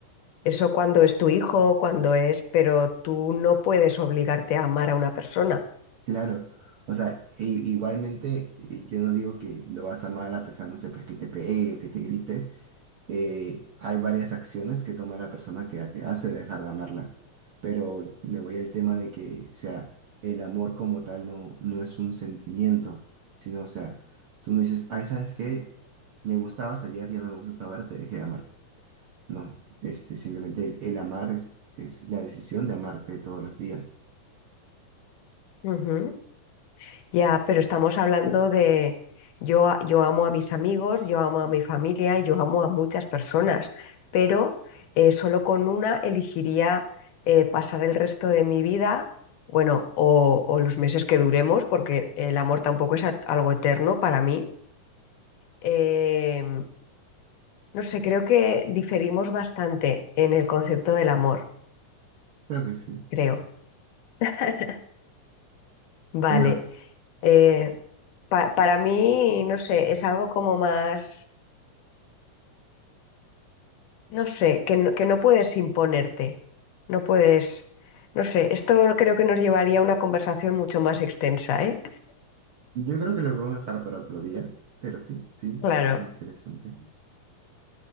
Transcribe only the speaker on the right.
Claro, o sea, e- igualmente eh, yo no digo que lo vas a amar a pesar, no sé, pues que te pegue o que te grite, eh, hay varias acciones que toma la persona que te hace dejar de amarla, pero me voy al tema de que, o sea, el amor como tal no, no es un sentimiento, sino, o sea, tú no dices, ay, ¿sabes qué? Me gustabas ayer, ya no me gustas ahora, te dejé de amar. No, este, simplemente el, el amar es, es la decisión de amarte todos los días.
Creo que sí.
Bueno,
yo creo que lo vamos a dejar para otro día, pero sí, sí,
interesante.